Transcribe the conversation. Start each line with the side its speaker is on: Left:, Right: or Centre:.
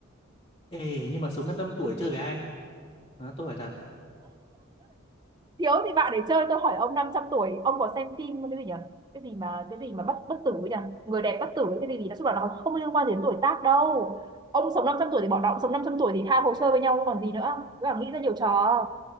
Left: Ê, nhưng mà sống 500 tuổi chơi với ai Đó, tôi phải thật
Right: thiếu thì bạn để chơi tôi hỏi ông 500 tuổi ông có xem phim cái gì nhỉ cái gì mà cái gì mà bất bất tử ấy nhỉ người đẹp bất tử ấy, cái gì gì nói chung là nó không liên quan gì đến tuổi tác đâu ông sống 500 tuổi thì bọn nó cũng sống 500 tuổi thì hai hồ sơ với nhau chứ còn gì nữa Cứ là nghĩ ra nhiều trò